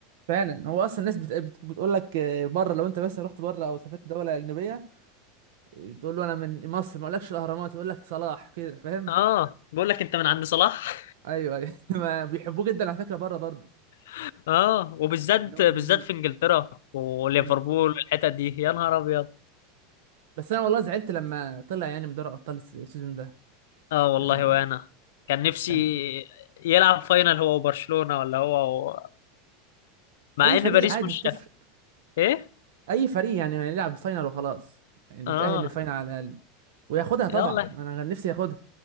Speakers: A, on the right (about 75°); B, on the left (about 80°).
A: فعلا هو اصلا الناس بت... بت... بتقول لك آه، بره لو انت بس رحت بره او سافرت دولة أجنبية آه، تقول له انا من مصر ما اقولكش الاهرامات يقول لك صلاح كده فاهم
B: اه بيقول لك انت من عند صلاح
A: ايوه ايوه <laughs> ما بيحبوه جدا على فكرة بره برضه
B: <laughs> اه وبالذات
A: اللي هم
B: بالذات
A: الانجليز
B: في انجلترا وليفربول
A: امم
B: والحتت دي يا نهار ابيض
A: بس انا والله زعلت لما طلع يعني من دوري ابطال الس- السيزون ده
B: اه والله
A: يعني
B: وانا كان نفسي
A: كان
B: يلعب فاينل هو وبرشلونة ولا هو و... مع
A: اي
B: ان
A: فريق
B: باريس
A: عادي
B: مش
A: مش تفرق
B: ايه
A: اي فريق يعني ما يلعب فاينل وخلاص يعني
B: اه
A: يتاهل للفاينل على الاقل وياخدها طبعا
B: يلا
A: انا كان نفسي ياخدها